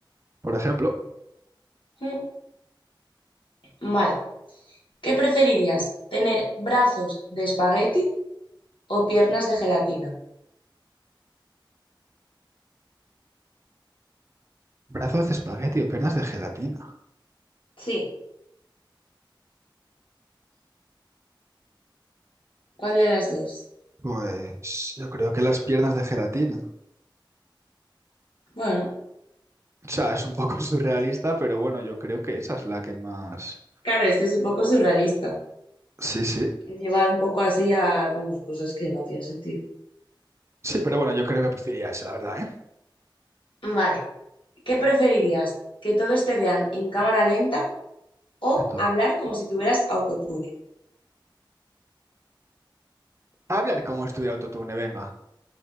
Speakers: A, on the right (about 35°); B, on the left (about 80°).
A: Por ejemplo,
B: Mm, Vale. ¿Qué preferirías? ¿Tener brazos de espagueti o piernas de gelatina?
A: brazos de espagueti o piernas de gelatina.
B: Sí. ¿Cuál de las dos?
A: Pues yo creo que las piernas de gelatina.
B: Bueno,
A: O sea, es un poco <laughs> surrealista, pero bueno, yo creo que esa es la que más...
B: claro, este es un poco surrealista.
A: Sí, sí.
B: He llevado un poco así a, vamos, cosas que no tienen sentido.
A: Sí, pero bueno, yo creo que preferiría esa, la verdad, ¿eh?
B: Vale. ¿Qué preferirías? ¿Que todos te vean en cámara lenta o
A: Esto-
B: hablar como si tuvieras autotune?
A: Hablar como si estuviera autotune, venga.